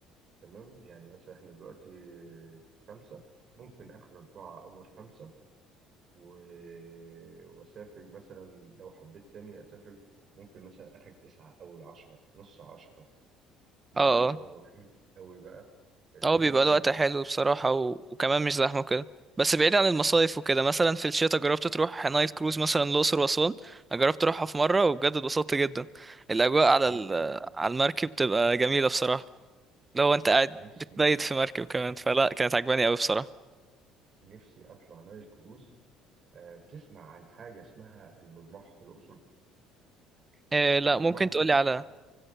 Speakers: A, on the right; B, on the right.
A: تمام يعني مثلا احنا دلوقتي خمسه ممكن اخر اربعه اول خمسه و... وأسافر مثلا لو حبيت تاني أسافر ممكن مثلا آخر تسعة أول عشرة نص عشرة بيبقى
B: اه
A: الجو حلو قوي بقى اللي
B: اه
A: هو
B: بيبقى
A: إيه
B: الوقت حلو بصراحة و... وكمان مش زحمة كده بس بعيد عن المصايف وكده مثلا في الشتاء جربت تروح نايل كروز مثلا الأقصر وأسوان أنا جربت أروحها في مرة وبجد اتبسطت جدا الأجواء على
A: نفسي
B: ال... على المركب بتبقى جميلة بصراحة لو أنت قاعد
A: نفسي
B: بتبيت في مركب كمان فلا كانت عجباني أوي بصراحة
A: نفسي أطلع نايل كروز آه تسمع عن حاجة اسمها المرماح في الأقصر
B: إيه لا
A: المرماح
B: ممكن
A: ده
B: تقولي
A: بي...
B: على